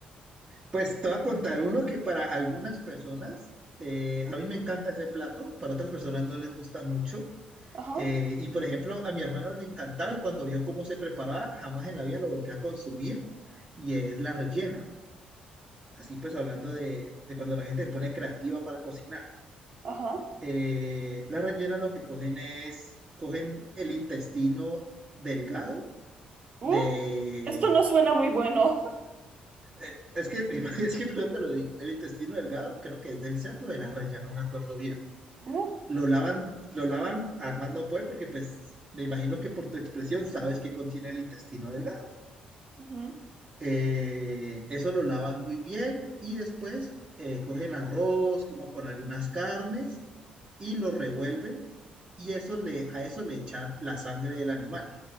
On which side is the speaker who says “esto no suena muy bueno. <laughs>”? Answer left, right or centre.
Right